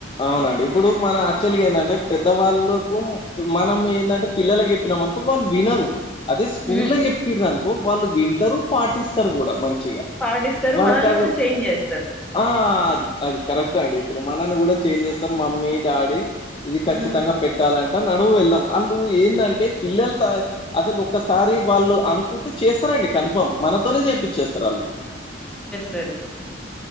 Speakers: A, on the left; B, in the centre.
A: అవునండి ఇప్పుడు మన యాక్చువల్గా ఏంటంటే పెద్దవాళ్ళు మనం ఏంటంటే పిల్లలకి చెప్పినాం అనుకో వాళ్ళు వినరు అదే స్కూల్
B: హ్మ్.
A: లో చెప్పిరనుకో కొ వాళ్ళు వింటారు పాటిస్తారు కూడా మంచి
B: పాటిస్తారు
A: వాళ్ళ
B: మనల్ని
A: కాదు
B: గూడా చేంజ్ జేస్తారు.
A: ఆ అది అది కరెక్ట్ అండి ఇప్పుడు మనల్ని
B: హ్మ్.
A: కూడా చేంజ్ చేస్తారు మమీ మీ డాడీ ఇది ఖచ్చితంగా
B: హ్మ్.
A: పెట్టాలంటే నడువు వెళ్దాం అళ్ళు ఏందంటే పిల్లలు త అసలు ఒక్కసారి వాళ్ళు అనుకుంటే చేస్తార రండి కన్ఫమ్ మనతోనే చెప్పచ్చేస్తారు వాళ్ళు
B: సరు